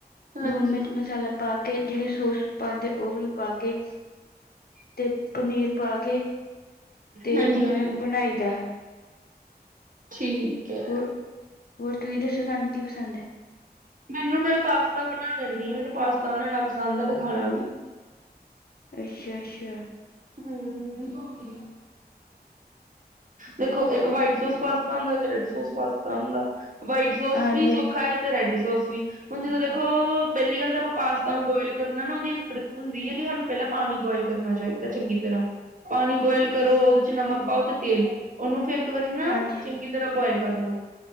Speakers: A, on the right; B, on the left.
A: ਹਾਂਜੀ
B: ਲੂਣ, ਮਿਰਚ, ਮਸਾਲਾ ਪਾ ਕੇ, ਜਿਹੜੀ ਸੋਸ ਪਾਉਂਦੇ, ਉਹ ਵਾਲਲੀ ਪਾ ਕੇ, ਤੇ ਪਨੀਰ ਪਾ ਕੇ ਕੇ, ਤੇ
A: ਹਾਂਜੀ ਹਾਂਜੀ
B: ਮੈਂ ਬਣਾਈ ਦਾ।
A: ਠੀਕ ਹੈ।
B: ਹੋਰ ਹੋਰ ਤੁਸੀਂ ਦੱਸੋ ਤੁਹਾਨੂੰ ਕੀ ਪਸੰਦ ਹੈ?
A: ਮੈਨੂੰ ਮੈਂ ਪਾਸਤਾ ਬਣਾ ਲੈਂਦੀ ਹਾਂ, ਮੈਨੂੰ ਪਾਸਤਾ ਬਣਾਣਾ ਪਸੰਦ ਆ, ਤੇ ਖਾਣਾ ਵੀ।
B: ਅੱਛਾ ਅੱਛਾ
A: ਹੂ, ਹੋ ਗਯਾ ਦੇਖੋ ਇੱਕ ਵਾਈਟ ਸੋਸ ਪਾਸਤਾ ਹੁੰਦਾ, ਇੱਕ ਰੈੱਡ ਸੋਸ ਪਾਸਤਾ ਹੁੰਦਾ, ਵਾਈਟ ਸੋਸ
B: ਹਾਂਜੀ
A: ਵੀ ਸੌਖਾ
B: ਹਾਂਜੀ
A: ਹੈ। ਤੇ ਰੈੱਡ ਸੋਸ ਵੀ, ਹੁਣ ਜਦੋਂ ਦੇਖੋ ਪਹਿਲੀ ਗੱਲ ਤਾਂ ਆਪਾਂ ਪਾਸਤਾ ਨੂੰ ਬੋਆਇਲ ਕਰਨਾ ਨਾ, ਉਹਦੀ ਇੱਕ ਹੁੰਦੀ ਹੈ, ਕਿ ਸਾਨੂੰ ਪਹਿਲਾਂ ਪਾਣੀ ਬੋਆਇਲ ਕਰਨਾ ਚਾਹੀਦਾ ਚੰਗੀ ਤਰ੍ਹਾਂ, ਪਾਣੀ ਬੋਆਇਲ ਕਰੋ ਉਹਦੇ ਚ ਨਮਕ ਪਾਓ ਤੇ ਤੇਲ, ਉਹਨੂੰ ਫਿਰ ਇਕ ਵਾਰੀ ਨਾ
B: ਹਾਂਜੀ
A: ਚੰਗੀ ਤਰ੍ਹਾਂ ਬੋਇਆਲ ਕਰ ਲੋ,